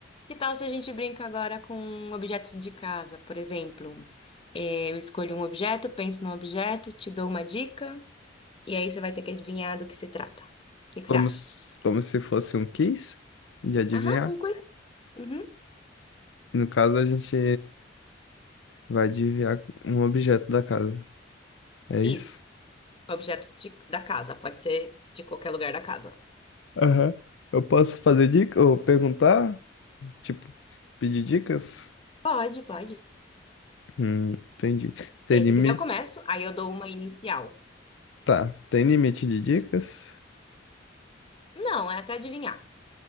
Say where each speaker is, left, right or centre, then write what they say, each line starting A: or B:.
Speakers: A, on the left; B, on the left.
A: Que tal se a gente brinca agora com objetos de casa, por exemplo? Eh, Eu escolho um objeto, penso num objeto, te dou uma dica, e aí você vai ter que adivinhar do que se trata. O que que
B: Como
A: você acha?
B: se, como se fosse um quiz de adivinhar.
A: Aham, um quiz. Uhum,
B: E no caso, a gente vai adivinhar um objeto da casa. É
A: Isso.
B: isso?
A: Objetos de- da casa, pode ser de qualquer lugar da casa.
B: Aham. Eu posso fazer dica ou perguntar? Tipo, pedir dicas?
A: Pode, pode.
B: Hum, entendi. Tem
A: Eh,
B: limite?
A: se quiser, eu começo, aí eu dou uma inicial.
B: Tá, tem limite de dicas?
A: Não, é até adivinhar.